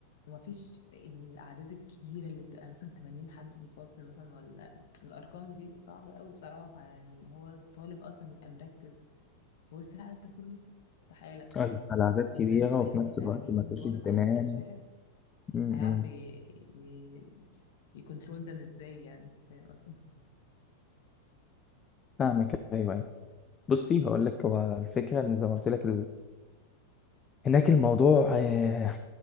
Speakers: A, on the left; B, on the left.
A: وما فيش يعني الاعداد الكبيره اللي بتبقى مثلا 80 حد في الفصل مثلا ولا الارقام دي صعبه قوي بصراحه يعني ان هو الطالب اصلا يبقى مركز في وسط العدد ده كله استحاله بصراحه
B: آه، العدد
A: او
B: كبيره
A: مدرس واحد
B: وفي نفس
A: يعني 80
B: الوقت ما فيش
A: طالب
B: اهتمام
A: على مدرس واحد
B: م-
A: هيعرف
B: م.
A: ي... ي... يكنترول ده ازاي يعني فاهم قصدي <laughs>
B: فاهمك ايوه ايوه بصي هقول لك هو الفكره ان زي ما قلت لك هناك الموضوع آه،